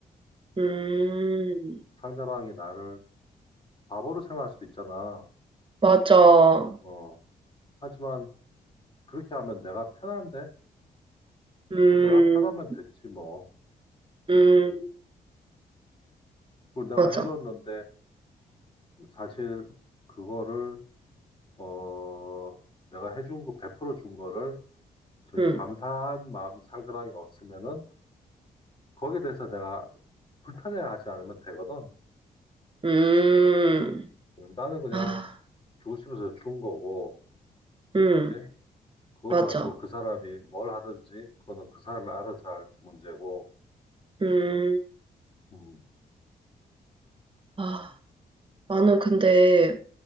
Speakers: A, on the right (about 30°); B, on the left (about 30°).
A: 음,
B: 상대방이 나를 바보로 생각할 수도 있잖아.
A: 맞아.
B: 어. 하지만 그렇게 하면 내가 편한데?
A: 음,
B: 뭐 내가 편하면 됐지 뭐.
A: 음,
B: 그리고 내가
A: 맞아.
B: 해줬는데 사실 그거를 어 내가 해준 거 베풀어 준 거를 저기
A: 음,
B: 감사한 마음이 상대방이 없으면은 거기에 대해서 내가 불편해하지 않으면 되거든.
A: 음,
B: 음, 나는 그냥
A: 아,
B: 주고 싶어서 준 거고.
A: 음,
B: 그지? 그거
A: 맞아.
B: 가지고 그 사람이 뭘 하든지 그거는 그 사람이 알아서 할 문제고,
A: 음,
B: 음,
A: 아, 나는 근데,